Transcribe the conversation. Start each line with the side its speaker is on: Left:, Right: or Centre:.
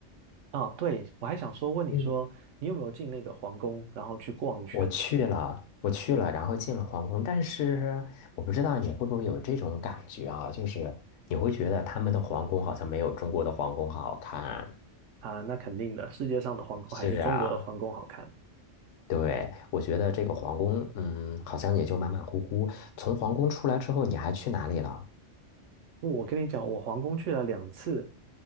Right: 啊，对，我还想说问你说，
Left: 嗯，
Right: 你有没有进那个皇宫，然后去逛一圈
Left: 我去了，我去了，然后进了皇宫，但是我不知道你会不会有这种感觉啊，就是你会觉得他们的皇宫好像没有中国的皇宫好看。
Right: 啊？那肯定的，世界上的皇宫还是中国的皇宫好看。
Left: 是啊，对，我觉得这个皇宫，嗯，好像也就马马虎虎。从皇宫出来之后，你还去哪里了？
Right: 我跟你讲，我皇宫去了两次，